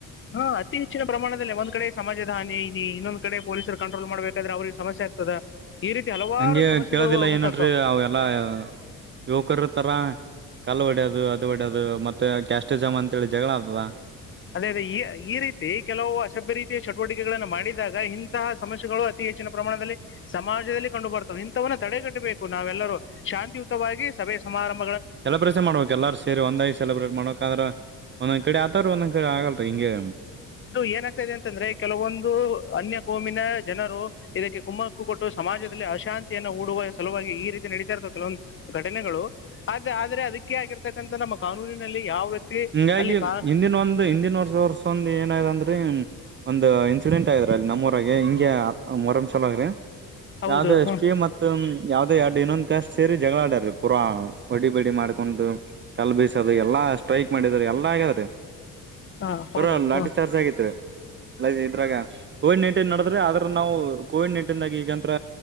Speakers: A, on the left; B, on the right.
A: ಹಾ ಅತಿ ಹೆಚ್ಚಿನ ಪ್ರಮಾಣದಲ್ಲಿ ಒಂದ್ ಕಡೆ ಸಮಾಜದ ಹಾನಿ ಇ ಇನ್ನೊದ ಕಡೆ ಪೊಲೀಸರು ಕಂಟ್ರೋಲ್ ಮಾಡಬೇಕಾದ್ರೆ ಅವ್ರಿಗೆ ಸಮಸ್ಯೆ <inaudible> <unintelligible> ಹಲವಾರು
B: ಹಂಗೆ
A: ಸಮಸ್ಯೆಗಳು
B: ಕೇಳೋದಿಲ್ಲ
A: ಉಂಟಾಗ್ತಾವ
B: ಏನಡಿ ಅವ ಎಲ್ಲಾ ಯುವಕರತರ ಕಲ್ಲ ಒಡ್ಯೋದು ಅದು ಹೊಡ್ಯೋದು ಮತ್ತೆ ಕ್ಯಾಸ್ಟೀಜಾಮ್ ಅಂತೇಳಿ ಜಗಳ ಆಗ್ತದ
A: ಅದೇ ಅದೇ ಈ ಈ ರೀತಿ ಕೆಲವು ಅಸಭ್ಯ ರೀತಿಯ ಚಟುವಟಿಕೆಗಳಗಳನ್ನು ಮಾಡಿದಾಗ ಇಂತಹ ಸಮಸ್ಯೆಗಳು ಅತಿ <inaudible> ಹೆಚ್ಚಿನ ಪ್ರಮಾಣದಲ್ಲಿ ಸಮಾಜದಲ್ಲಿ ಕಂಡು ಬರ್ತವೆ ಇಂಥವವನ್ನು ತಡೆಗಟ್ಟಬೇಕು ನಾವೆಲ್ಲರೂ ಶಾಂತಿಯುತವಾಗಿ ಸಮಾರಂಭ
B: ಸೆಲೆಬ್ರೇಷನ್ ಮಾಡ್ಬೇಕಕ್ ಎಲ್ಲಾರು ಸೇರಿ ಒಂದಾಗಿ ಸೆಲೆಬ್ರೇಟ್ ಮಾಡ್ಬೇಕ್ರೆ ಒಂದ್ ಕಡೆ ಆತರರು ಒಂದ ಆಗಲ್ರಿ ಹಿಂಗೆ
A: ಇದು ಏನಾಗ್ತಾ ಇದೆ ಅಂತಂದ್ರೆ ಕೆಲವೊಂದು ಅನ್ಯ ಕೋಮಿನ ಜನರು ಇದಕ್ಕೆ ಕುಮ್ಮಕ್ಕು ಕೊಟ್ಟು ಸಮಾಜದಲ್ಲಿ ಅಶಾಂತಿಯನ್ನು ಹೂಡುವ ಸಲುವಾಗಿ ಈ ರೀತಿ ನಡೀತಾ ಇರುತದೆ ಕೆಲವೊಂದು ಘಟನೆಗಳು ಆದ ಆದ್ರೆ ಅದ ಕೆ ಆಗಿರ್ತಕ್ಕಂತ ನಮ್ಮ ಕಾನೂನಿನಲ್ಲಿ ಯಾವ ವ್ಯಕ್ತಿ
B: ಹಿಂಗಾಗಿ
A: ಅಲ್ಲಿ ಕಾ
B: ಹಿಂದಿನ ಒಂದ ಹಿಂದಿನ ವರ್ಷ ವರ್ಷೊಂದ ಏನ ಆಗಿದೆ ಅಂ ದ್ರೆ ಒಂದು ಇನ್ಸಿಡೆಂಟ್ ಆಯ್ರ ಅಲ್ಲಿ ನಮ್ಮವರಗೆ ಹಿಂಗೆ ಮೊರಂ ಸಲುವಾಗ್ರಿ
A: ಹೌದು
B: ಯಾವ್ದ ಅಷ್ಟೇ
A: ಹ್ಮ್.
B: ಮತ್ತ ಯಾವ್ದ ಎರಡು ಇನ್ನೊಂದ್ ಕಷ್ಟ ಸೇರಿ ಜಗಳಾಡೀ ಪೂರಾ ವಡ್ಡಿ ಬಡಿ ಮಾಡ್ಕೊಂಡು ಕಲ್ ಬೀಸದು ಎಲ್ಲಾ ಅಷ್ಟ ಸ್ಟ್ರೈಕ್ ಮಾಡಿದ್ರ ಎಲ್ಲಾ ಆಗ್ಯಾದ್ರೀ
A: ಹಾ, ಹೌದು
B: ಬರ ಲಾಟಿ
A: ಹ್ಮ್.
B: ಚಾರ್ಜ್ ಆಗತ್ರಿ ಇದ್ರಾಗ ಕೋವಿಡ್ ನೈನ್ಟೀನ್ ನಡದ್ರೆ ಆದದ್ರ ನಾವು ಕೋವಿಡ್ ನೈನ್ಟೀನ್ಗಾಗಿ ಹಗಂತ್ರ